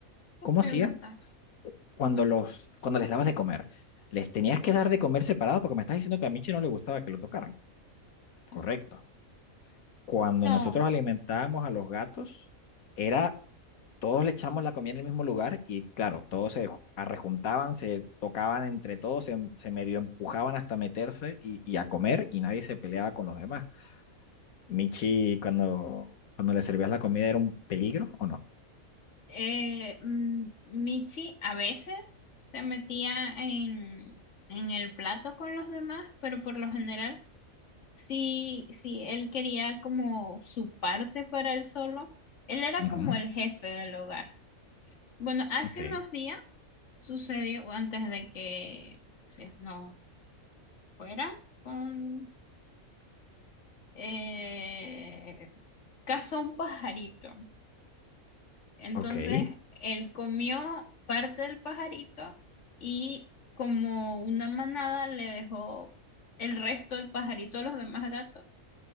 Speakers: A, on the left; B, on the left.
A: ¿Qué
B: ¿Cómo
A: pregunta?
B: hacía cuando, los, cuando les dabas de comer? ¿Les tenías que dar de comer separado? Porque me estás diciendo que a Michi no le gustaba que lo tocaran. Correcto.
A: Mm,
B: Cuando
A: No,
B: nosotros alimentábamos a los gatos, era todos le echamos la comida en el mismo lugar y claro, todos se arrejuntaban, se tocaban entre todos, se, se medio empujaban hasta meterse y, y a comer y nadie se peleaba con los demás. Michi, cuando, cuando le servías la comida, ¿era un peligro o no?
A: eh, mm, Michi a veces se metía en, en el plato con los demás, pero por lo general Sí, sí, él quería como su parte para él solo. Él era
B: Ujú,
A: como el jefe del hogar. Bueno, hace
B: Ok,
A: unos días sucedió, o antes de que se nos fuera, con eh, cazó un pajarito. Entonces,
B: ok.
A: él comió parte del pajarito y como una manada le dejó el resto del pajarito a los demás gatos.